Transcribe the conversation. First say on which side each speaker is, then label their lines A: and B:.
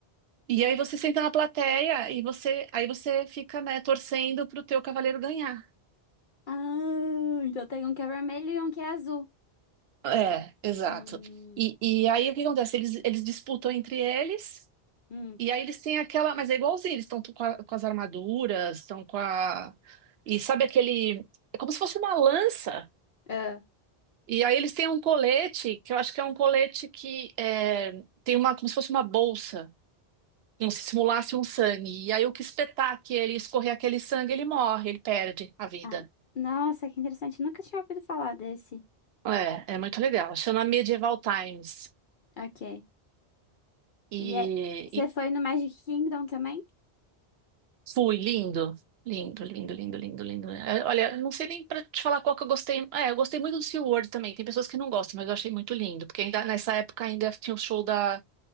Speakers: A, on the right; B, on the left.
A: e aí você senta na plateia e você, aí você fica, né, torcendo pro teu cavaleiro ganhar.
B: Ah, então tem um que é vermelho e um que é azul.
A: É, exato.
B: Hum,
A: E, e aí o que acontece? Eles, eles disputam entre eles,
B: hum,
A: e aí eles têm aquela. Mas é igualzinho, eles estão com, a- com as armaduras, estão com a. E sabe aquele. É como se fosse uma lança.
B: ah.
A: E aí eles têm um colete, que eu acho que é um colete que é, tem uma, como se fosse uma bolsa, como se simulasse um sangue. E aí o que espetar que ele escorrer aquele sangue, ele morre, ele perde a vida.
B: Ah, Nossa, que interessante. Nunca tinha ouvido falar desse.
A: É, é muito legal. Chama Medieval Times.
B: Ok.
A: E,
B: E é- você
A: e
B: foi no Magic Kingdom também?
A: fui, lindo. Lindo, lindo, lindo, lindo, lindo. É, Olha, não sei nem pra te falar qual que eu gostei. É, eu gostei muito do SeaWorld também. Tem pessoas que não gostam, mas eu achei muito lindo. Porque ainda nessa época ainda tinha o show da,